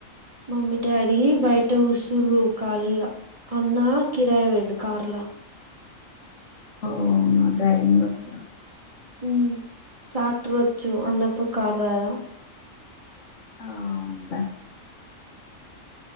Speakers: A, on the right; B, on the left.
A: మమ్మీ డాడీ బయట ఉసుర్రు ఖళీగా అన్న కిరాయి పోయిండు కార్లా
B: ఓవును డ్రైవింగ్ వచ్చ
A: ఉ ట్రాక్టర్ వచ్చు అన్నప్పుడు కార్ రాదా
B: ఆ ఉంట